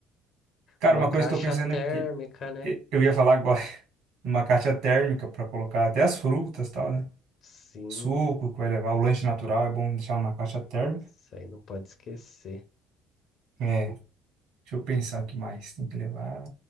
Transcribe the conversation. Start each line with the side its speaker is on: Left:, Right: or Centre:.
Right: Cara,
Left: Uma
Right: uma
Left: caixa
Right: coisa que eu tô pensando
Left: térmica,
Right: é que
Left: né?
Right: E- Eu ia falar agora <laughs> de uma caixa térmica para colocar até as frutas e tal, né?
Left: Sim,
Right: Suco que vai levar, o lanche natural é bom deixar numa caixa térmica.
Left: isso aí não pode esquecer.
Right: É, deixa eu pensar o que mais tem que levar.